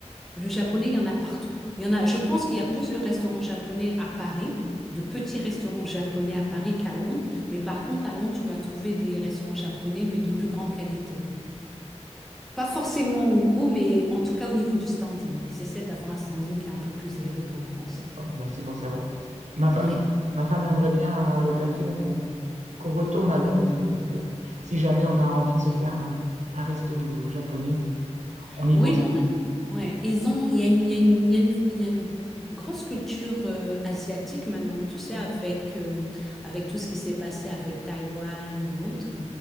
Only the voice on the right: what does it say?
Ah, bah, c'est bon, ça va. Ma femme,
ma femme aimerait bien à l'occasion qu'on qu'on retourne à Londres. et Donc, euh, si jamais on a envie de se faire un, un resto japonais, on y
pense.